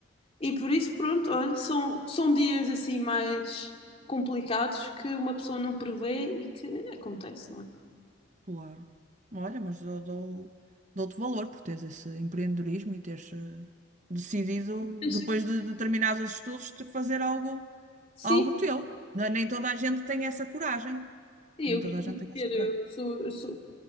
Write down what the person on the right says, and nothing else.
claro. Olha, mas eu dou, dou-te valor por teres esse empreendedorismo e teres eh, decidido,
depois de determinados estudos, de fazer algo,
algo teu. Não- é? Nem toda a gente tem essa coragem.
Nem
toda
a gente tem essa
coragem.